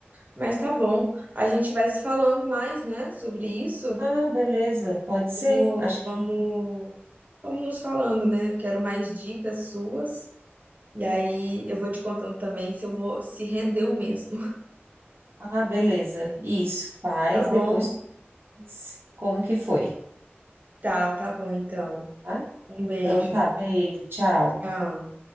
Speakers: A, on the right; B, on the right.
A: Mas tá bom, a gente vai se falando mais, né, sobre isso.
B: Ah, beleza, pode
A: Vamos,
B: ser. Acho
A: vamos,
B: que.
A: vamos nos falando, né? Quero mais dicas suas. E aí eu vou te contando também se eu vou se rendeu mesmo,
B: Ah, beleza. Isso, faz,
A: tá bom?
B: depois tu diz como que foi,
A: Tá, tá bom então.
B: tá?
A: Um beijo.
B: Então tá, beijo, tchau.
A: Tchau.